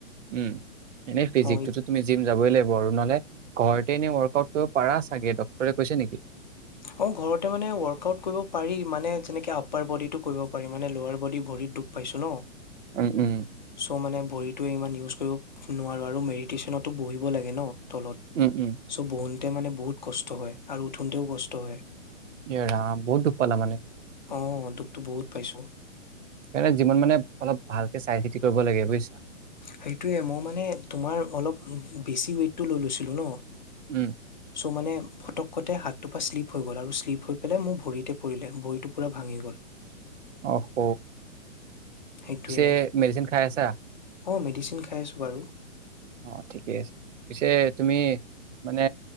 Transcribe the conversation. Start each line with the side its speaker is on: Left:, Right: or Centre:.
Right: উম এনেই ফিজিকটোতো
Left: অ', ইত
Right: তুমি জিম যাবই লাগিব আৰু নহলে ঘৰতে এনেই ৱৰ্কআউট কৰিব পাৰা চাগে ডক্টৰে কৈছে নেকি।
Left: অ ঘৰতে মানে ৱৰ্কআউট কৰিব পাৰি। মানে যেনেকে আপাৰ বডীটো কৰিব পাৰি। মানে লোৱাৰ বডী ভৰিত দুখ পাইছো ন।
Right: উম উম
Left: চ' মানে ভৰিটোৱে ইমান ইউজ কৰিব নোৱাৰো আৰু মেডিটেশচনতো বহিব লাগে ন। তলত
Right: উম, উম।
Left: চ' বহোতে মানে বহুত কষ্ট হয়। আৰু উঠোতেও কচ তইয়
Right: এৰাম বহুত দুখ পালা মানে।
Left: অ দুখটো বহুত পাইছোঁ।
Right: এনে যিমান মানে অলপ ভালকে চাই চিতি কৰিব লাগে বুইছা।
Left: সেইটোৱে মই মানে তোমাৰ অলপ বেছি ওৱেটটো লৈ লৈছিলোঁ ন।
Right: উম,
Left: চ' মানে ফটককতে হাত তো পা শ্লিপ হৈ গ'ল আৰু শ্লিপ হৈ পেলাই মোৰ ভৰিতে পৰিলে ভৰিটো পুৰা ভাঙি গ'ল।
Right: অ স
Left: সেইটোয়ে
Right: পিছে মেডিচেন খাইছা।
Left: অ মেডিচিন খাই আছোঁ বাৰু।
Right: অ ঠিকে আছে পিছে তুমি মানে